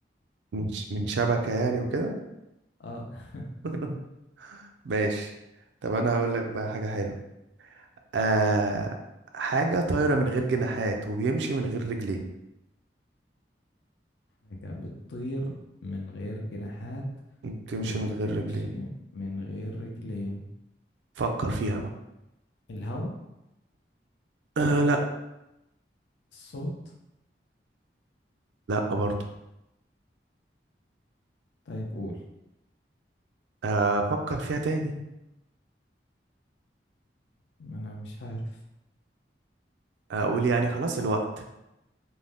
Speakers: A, on the right; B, on the left.
A: من, ش... من شبكه يعني وكده
B: اه <laughs>
A: <laughs> ماشي طب انا هقول لك بقى حاجه حلوه آه حاجه طايره من غير جناحات وبيمشي من غير رجلين
B: حاجة بتطير من غير جناحات
A: بتمشي
B: وبتمشي
A: من غير رجلين
B: من غير رجلين
A: فكر فيها بقى
B: الهواء
A: آه لا
B: الصوت
A: لا برضو
B: طيب قول
A: آه، افكر فيها تاني
B: ما انا مش عارف
A: اقول يعني خلاص الوقت